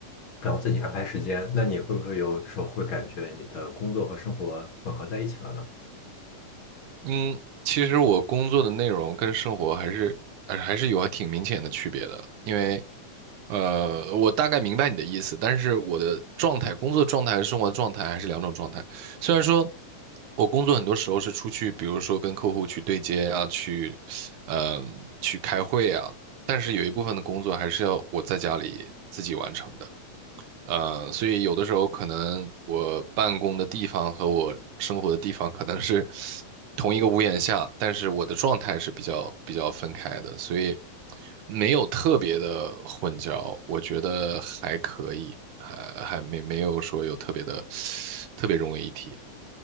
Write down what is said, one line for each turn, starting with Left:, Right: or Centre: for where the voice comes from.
Left: 然后自己安排时间，那你会不会有时候会感觉你的工作和生活混合在一起了呢？
Right: 嗯，其实我工作的内容跟生活还是还还是有还挺明显的区别的，因为呃，我大概明白你的意思，但是我的状态、工作状态和生活状态还是两种状态。虽然说我工作很多时候是出去，比如说跟客户去对接啊，去嗯，去开会啊，但是有一部分的工作还是要我在家里自己完成的。呃，所以有的时候可能我办公的地方和我生活的地方可能是 <laughs> 同一个屋檐下，但是我的状态是比较比较分开的，所以没有特别的混淆，我觉得还可以，还还没没有说有特别的特别融为一体。